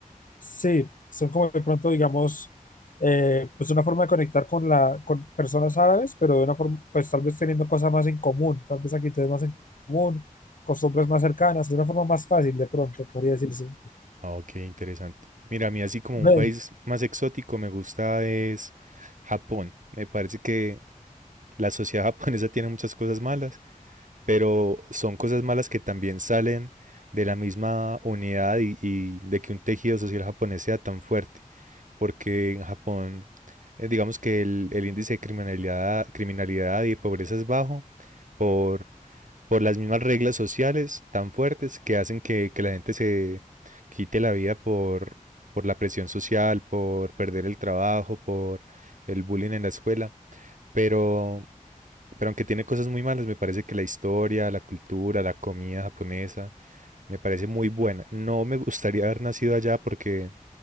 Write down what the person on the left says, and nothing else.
Sí, son como de pronto, digamos, eh, pues una forma de conectar con la, con personas árabes, pero de una forma, pues tal vez teniendo cosas más en común, tal vez actitudes más en común, costumbres más cercanas, de una forma más fácil de pronto, podría decirse.
Ve,